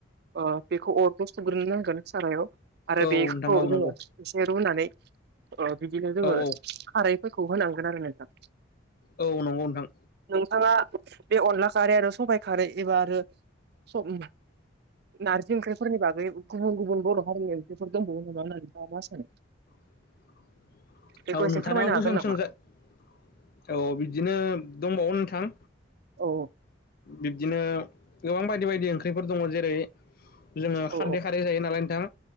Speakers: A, on the right (about 55°); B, on the left (about 50°).
A: ओ बेखौ अरखौ सुग्रो नांगोन सारायाव आरो
B: औ
A: बेखौ
B: नोंथां औ
A: जोङो
B: नंगौ
A: एसे रुनानै ओ बिदिनो जोङो
B: औ औ
A: खारैफोरखौ होनांगोन आरो नोंथां।
B: औ नंगौ नोंथां।
A: <inaudible> बे अनला खारै आरो सबाइ खारै एबा आरो सब- नारजि ओंख्रिफोरनि बागै गुबुन गुबुन बर' हारिनि ओंख्रिफोर दंबावो नामा होननानै नोंथाङा मा सानो
B: <unintelligible>
A: बेखौ
B: औ
A: एसे
B: नोंथां
A: फोरमायनो
B: आंखौ
A: हागोन नामा
B: <inaudible> औ बिदिनो दंबावो नोंथां
A: औ औ
B: बिब्दिनो गोबां बायदि बायदि ओंख्रिफोर दङ जेरै जोङो
A: औ
B: खारदै खारदै जायो नालाय नोंथां